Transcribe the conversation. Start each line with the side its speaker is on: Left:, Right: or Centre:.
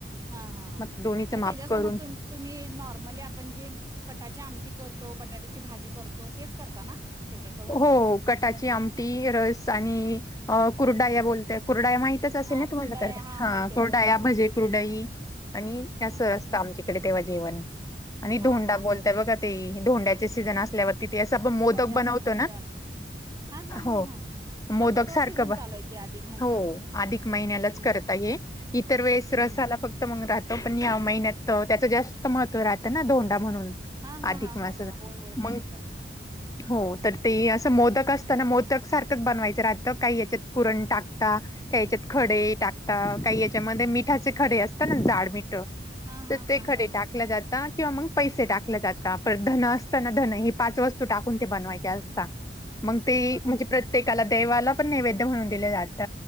Right: हा हा
Left: मग ते दोन्हीचं
Right: मे
Left: माप
Right: जस
Left: करून
Right: मत तुम्ही नॉर्मली आपण जे कटाची आमटी करतो बटाट्याची भाजी करतो तेच करता ना. त्याच्यासोबत
Left: हो कटाची आमटी रस आणि कुरडा या बोलत कुरडा या माहिती असेल
Right: हा
Left: ना तुम्हाला
Right: खुरडाय
Left: कर
Right: हा
Left: ह
Right: माहित आहेत
Left: कुर्डाया
Right: माहित आहेत
Left: भजे कुर्डाई आणि अस
Right: हा
Left: स असतं आमचे. तडे तेव्हा जेवण आणि धोंडा
Right: हा हा
Left: बोलताय
Right: हा हा
Left: बघा ते धोंड्याचे सीझन असल्यावर तिथे असं आपण मोदक
Right: धोंड्याच
Left: बनवतो. ना
Right: हा, हा, हा,
Left: हो
Right: हा.
Left: मोदक
Right: आता तोच
Left: सारख
Right: सीझन चालू आहे की अधिक महिना
Left: हो अधिक महिन्यालाच
Right: हम्म
Left: करता ये इतर वेळेस
Right: हम्म
Left: रसाला फक्त मग राहतो पण या महिन्यात त्याचं जास्त महत्त्व राहतं ना धोंडा म्हणून.
Right: हा हा
Left: अधिक
Right: हा
Left: मासाचा
Right: हा हा होय होय जास्त
Left: मग
Right: हा
Left: हो तर ते असं मोदक असताना मोदक सारखंच बनवायचं राहतं काही याच्यात पुरण टाकता काही याच्यात खडे टाकतात काही याच्यामध्ये मिठाचे खडे असतात ना जाड मिठ
Right: हा
Left: तर ते
Right: हा
Left: खडे
Right: हा
Left: टाकलं
Right: हा
Left: जात. किंवा मग पैसे टाकले जात पण धन असताना न हे पाच वस्तू टाकून ते बनवायचे. मग ते
Right: बघा
Left: म्हणजे
Right: मग
Left: प्रत्येकाला देवाला पण नैवेद म्हणून दिलं जात.